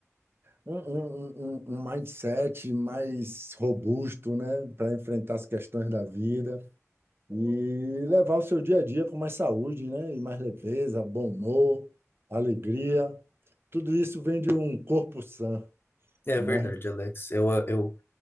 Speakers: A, on the right; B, on the left.
A: um, um, um um mindset mais robusto, né? Para enfrentar as questões da vida. e levar o seu dia a dia com mais saúde, né? E mais leveza, bom humor, alegria. Tudo isso vem de um corpo sã,
B: É
A: né?
B: verdade, Alex. Eu, eu